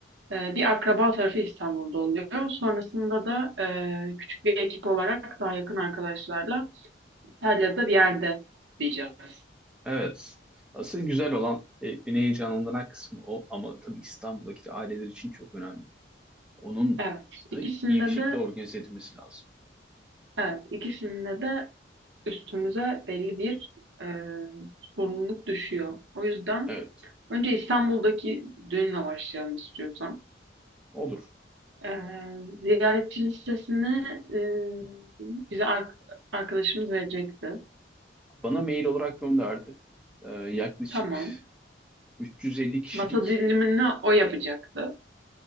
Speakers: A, on the right; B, in the centre.
A: Ee, bir akraba tarafı İstanbul'da oluyor. Sonrasında da e, küçük bir ekip olarak daha yakın arkadaşlarla İtalya'da bir yerde kutlayacağız.
B: Evet. Asıl güzel olan, e, beni heyecanlandıran kısmı o ama tabii İstanbul'daki aileler için çok önemli. Onun
A: Evet, ikisinde
B: da iyi bir şekilde
A: de
B: organize edilmesi lazım.
A: evet, ikisinde de üstümüze belli bir e, sorumluluk düşüyor. O yüzden
B: Evet,
A: önce İstanbul'daki düğünle başlayalım istiyorsan.
B: olur.
A: E, ziyaretçi listesini e, bize ar- arkadaşımız verecekti.
B: Bana mail olarak gönderdi. Ee, yaklaşık
A: Tamam.
B: 350 kişilik
A: Masa dilimini o yapacaktı.